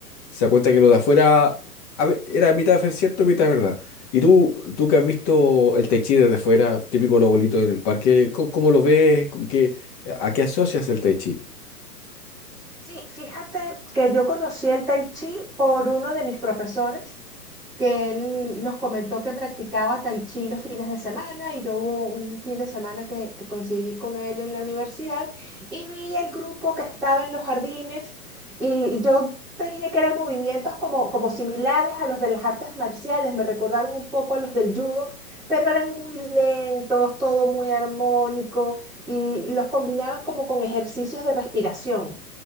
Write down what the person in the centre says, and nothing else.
Sí, fíjate que yo conocí el tai chi por uno de mis profesores que él nos comentó que practicaba tai chi los fines de semana y yo hubo un fin de semana que, que coincidí con él en la universidad y vi el grupo que estaba en los jardines y yo veía que eran movimientos como, como similares a los de las artes marciales, me recordaron un poco a los del judo, pero eran muy lentos, todo muy armónico y los combinaban como con ejercicios de respiración.